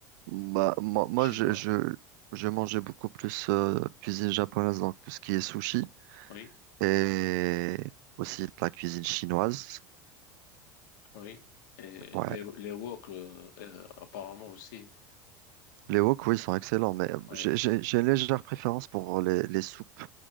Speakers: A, on the right; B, on the left.
A: Bah, moi, moi,
B: chinoise.
A: je, je, je mangeais beaucoup plus euh, cuisine japonaise, donc tout ce qui est sushi
B: Oui.
A: et aussi de la cuisine chinoise.
B: oui. Et
A: Ouais,
B: les, les wok, euh, euh, apparemment aussi.
A: Les wok, oui, sont excellents, mais euh,
B: Oui,
A: j'ai j'ai- j'ai une légère préférence pour les, les soupes.